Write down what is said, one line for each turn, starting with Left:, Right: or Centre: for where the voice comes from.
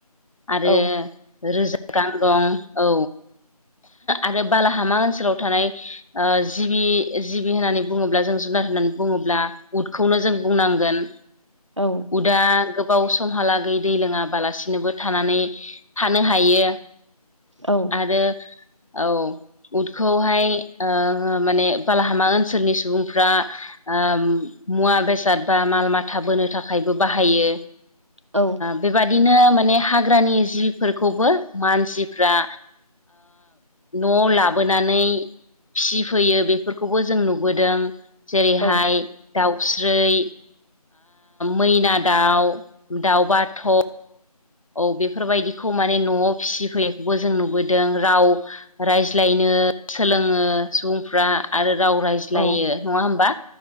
Left: आरो
Right: औ
Left: रोजा गां दं औ आरो बालाहामा ओनसोलाव थानाय जिबि जिबि होननानै बुङोब्ला जों जुनार होननानै बुङोब्ला उदखौनो जों बुंनांगोन
Right: औ
Left: दा गोबाव समहालागै दै लोङाबालासिनोबो थानानै थानो हायो
Right: औ
Left: आरो औ उदखौहाय माने बालाहामा ओनसोलनि सुबुंफ्रा मुवा बेसाद बा माल माथा बोनो थाखायबो बाहायो
Right: औ
Left: बेबादिनो माने हाग्रानि जिफोरखौबो मानसिफ्रा न' लाबोनानै फिसिफैयो बेफोरखौबो जों नुबोदों जेरैहाय
Right: औ
Left: दाउस्रिै मैना दाउ दाउबाथ' औ बेफोरबायदिखौ माने न'आव फिसिफैनायखौबो जों नुबोदों राव रायज्लायनो सोलोङो सुबुंफ्रा आरो राव राय मिज्लायो
Right: औ
Left: नङा हबा